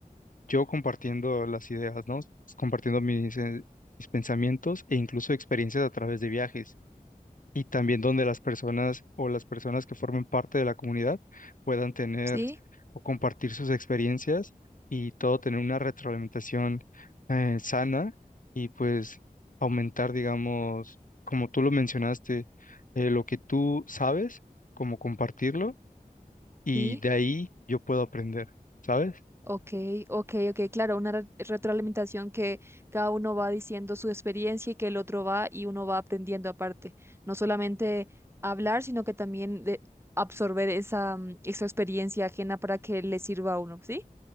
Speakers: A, on the left (about 60°); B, on the right (about 15°).
A: yo compartiendo las ideas, ¿no? Compartiendo mis, eh, mis pensamientos e incluso experiencias a través de viajes. y también donde las personas o las personas que formen parte de la comunidad puedan tener
B: sí,
A: o compartir sus experiencias y todo tener una retroalimentación eh, sana y pues aumentar, digamos, como tú lo mencionaste, eh, lo que tú sabes, como compartirlo y
B: sí,
A: de ahí yo puedo aprender, ¿sabes?
B: ok, ok, ok, claro, una re- retroalimentación que cada uno va diciendo su experiencia y que el otro va y uno va aprendiendo aparte, no solamente hablar, sino que también de absorber esa, mm, esa experiencia ajena para que le sirva a uno, ¿sí?